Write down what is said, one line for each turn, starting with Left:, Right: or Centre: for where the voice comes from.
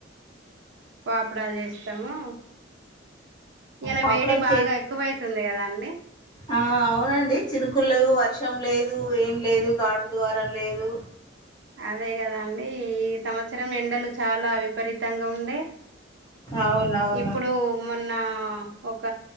Right: పాపుడా చేస్తాము ఇలా
Left: పాపడాలు
Right: వేడి బాగా ఎక్కువైతుంది కదా అండి
Left: ఆ అవునండి చినుకులు లేవు వర్షం లేదు దు ఏం లేదు గాడుపు ద్వారాం లేదు
Right: అదే కదా అండి ఈ సంవత్సరం ఎండలు చాలా విపరీతంగా ఉండే
Left: అవునవును
Right: ఇప్పుడు మొన్న ఒక